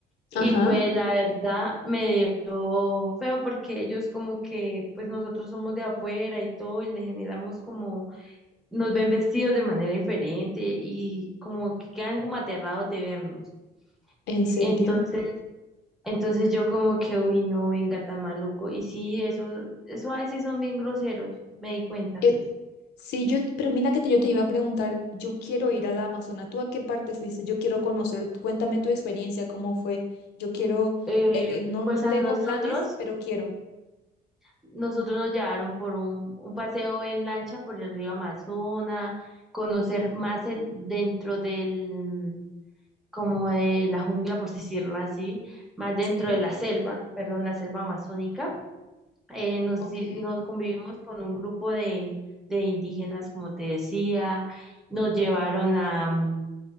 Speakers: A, in the centre; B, on the left (about 75°).
A: Y
B: Ajá,
A: pues la verdad me dio feo porque ellos como que, pues nosotros somos de afuera y todo y le generamos como, nos ven vestidos de manera diferente y como que quedan como aterrados de vernos.
B: en
A: Entonces
B: serio.
A: entonces yo como que, uy, no, venga, tan maluco. Y sí, eso, eso a veces son bien groseros, me di cuenta.
B: Eh, sí, yo, pero mira que te- yo te iba a preguntar, yo quiero ir a la Amazona. ¿Tú a qué parte fuiste? Yo quiero
A: Sí.
B: conocer, cuéntame tu experiencia, cómo fue. Yo quiero,
A: Eh,
B: eh, eh, no,
A: pues
B: no
A: a
B: tengo
A: nosotros,
B: planes, pero quiero.
A: nosotros nos llevaron por un, un paseo en lancha por el río Amazonas, conocer más el, dentro del, como de la jungla, por decirlo así, más dentro
B: Sí,
A: de la selva, perdón, la selva amazónica. eh, nos,
B: Ok.
A: di- nos convivimos con un grupo de, de indígenas, como te decía, nos llevaron a mm,